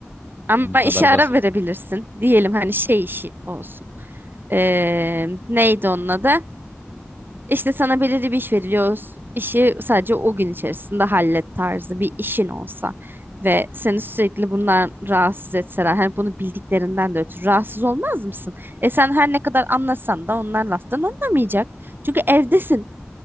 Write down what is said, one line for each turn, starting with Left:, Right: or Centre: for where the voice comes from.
Right: Ama
Left: <laughs> Bu kadar
Right: işe ara
Left: basit.
Right: verebilirsin. Diyelim hani şey işi olsun. Ee, neydi onun adı? İşte sana belirli bir iş veriliyor. O s- işi sadece o gün içerisinde hallet tarzı bir işin olsa ve seni sürekli bundan rahatsız etseler, hani bunu bildiklerinden de ötürü rahatsız olmaz mısın? E sen her ne kadar anlasan da onlar laftan anlamayacak. Çünkü evdesin